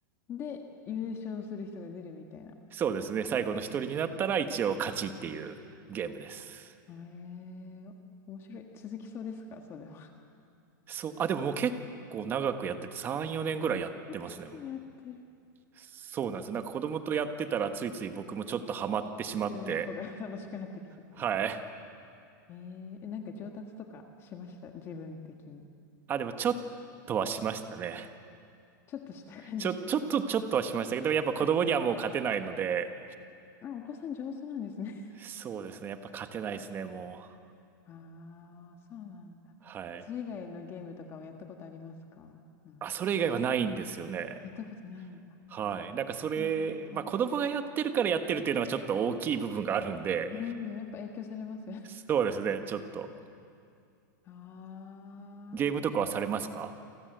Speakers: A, on the left; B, on the right.
A: あ。で、優勝する人が出るみたいな。
B: そうですね。最後の一人になったら一応勝ちっていうゲームです。
A: えー、面白い。続きそうですか、それは。
B: そう。あ、でももう結構長くやってて3、4年ぐらいやってますね、
A: <laughs> 結構やってる。
B: もう。そうなんですよ。なんか子供とやってたらついつい僕もちょっとハマってしまって。
A: はい自分の方が <laughs> 楽しくなってきちゃったみたい。
B: はい。
A: えー、えなんか上達とかしました、自分的に。
B: あ、でもちょっとはしましたね。
A: ちょっとした感じします。
B: ちょ、ちょっと、ちょっとはしましたけど、やっぱ子供にはもう勝てないので、
A: かあお子さん上手なんですね。
B: そうですね。やっぱ勝てないですね、もう。
A: ああ、そうなんだ。
B: はい。
A: それ以外のゲームとかはやったことありますかなんか。
B: あ、それ以外はないんですよね。
A: やったことないんだ。
B: はい。なんかそれ、
A: それだけ。
B: まあ子供がやってるからやってるっていうのがちょっと大きい部分があるんで、
A: <laughs> うん、やっぱ影響されますよ。
B: そうですね、ちょっと。
A: <laughs> ああ、
B: ゲームとかはされますか